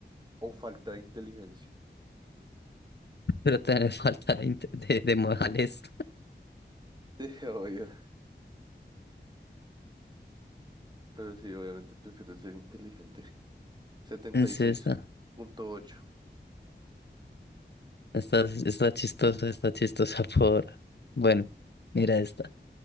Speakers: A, on the right; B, on the left.
A: o falta de inteligencia?
B: Pero te <laughs> falta de, inte- de, de modales.
A: Sí, <laughs> obvio. Pero sí, obviamente prefiero ser inteligente. setenta
B: <laughs> Sí,
A: y seis
B: está.
A: punto ocho
B: Está, está chistosa, está chistosa por... Bueno, mira esta.